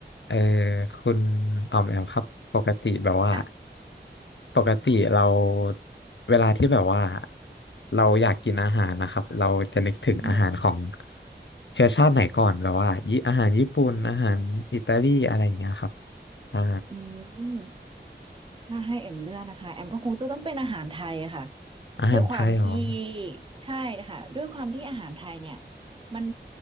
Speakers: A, on the left; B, on the right.
A: เออคุณออมแอมครับปกติแบบว่า
B: ฮะ
A: ปกติเราเวลาที่แบบว่าเราอยากกินอาหารนะครับเราจะนึกถึงอาหารของ
B: อืม
A: เชื้อชาติไหนก่อนแบบว่าญี่อาหารญี่ปุ่นอาหารอิตาลีอะไรอย่างเงี้ยครับใช่
B: อืมถ้าให้แอมเลือกนะคะแอมก็คงจะต้องเป็นอาหารไทยอะค่ะ
A: อาหารไทยเหรอ
B: ด้วยความที่ ใช่นะคะ ด้วยความที่อาหารไทยเนี่ย มัน